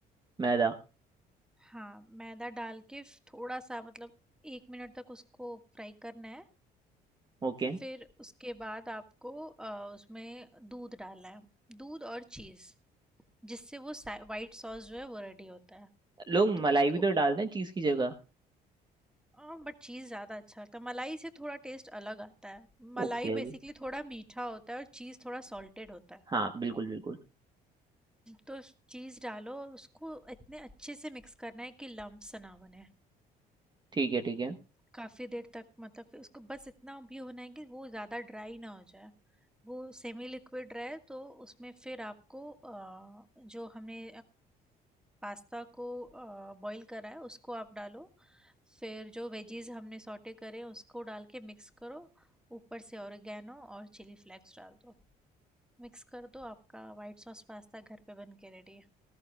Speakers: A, on the right (about 25°); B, in the centre.
A: मैदा
B: हाँ मैदा डाल के फ- थोड़ा सा मतलब एक मिनट तक उसको फ्राई करना है
A: ओके
B: फिर उसके बाद आपको अ, उसमें दूध डालना है दूध और चीज़ जिससे वो वाइट सॉस जो है वो रेडी होता है
A: लोग
B: तो
A: मलाई
B: उसको
A: भी तो डालते हैं चीज़ की जगह
B: हाँ बट चीज़ ज़्यादा अच्छा लगता है मलाई से थोड़ा टेस्ट अलग आता है मलाई
A: ओके अभी
B: बेसिकली थोड़ा मीठा होता है और चीज़ थोड़ा सॉल्टेड होता है
A: हाँ बिल्कुल बिल्कुल
B: तो चीज़ डालो और उसको इतने अच्छे से मिक्स करना है कि लम्प्स ना बने
A: ठीक है ठीक है
B: काफ़ी देर तक मतलब फिर उसको बस इतना भी होना है कि वो ज़्यादा ड्राई ना हो जाए वो सेमी लिक्विड रहे तो उसमें फिर आपको अ, जो हमने पास्ता को बॉईल करा है उसको आप डालो फिर जो वेजीज हमने सॉटे करे हैं, उसको डाल के मिक्स करो ऊपर से ओरिगेनो और चिली फ्लेक्स डाल दो मिक्स कर दो आपका वाइट सॉस पास्ता घर पे बन के रेडी है